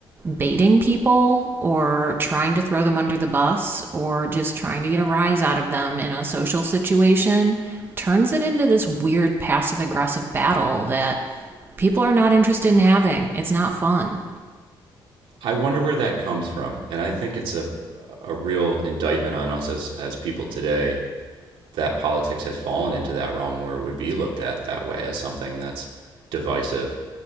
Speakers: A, on the right; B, on the right.
A: baiting people or trying to throw them under the bus or just trying to get a rise out of them in a social situation turns it into this weird passive aggressive battle that people are not interested in having. It's not fun.
B: I wonder where that comes from, and I think it's a a real indictment on us as as people today that politics has fallen into that realm where it would be looked at that way as something that's divisive.